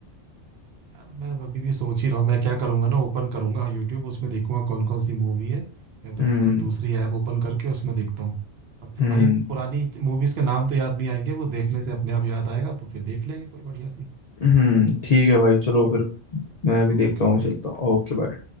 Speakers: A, on the right; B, on the left.
A: यार मैं अभी भी सोच ही रहा हूँ मैं क्या करूंगा ना ओपन करूंगा यूट्यूब उसमें देखूंगा कौन कौन सी मूवी है या तो
B: हम्म
A: फिर कोई दूसरी ऐप ओपन करके उसमें देखता हूँ अब फिर
B: हम्म
A: भाई पुरानी मूवीज के नाम तो याद नहीं आएंगे वो देखने से अपने आप याद आएगा तो फिर देख लेंगे कोई बढ़िया सी
B: हम्म ठीक है भाई चलो
A: है ना?
B: फिर मैं
A: चलो
B: भी देखता
A: ओके
B: हूँ
A: भाई
B: चलता हूँ ओके बाय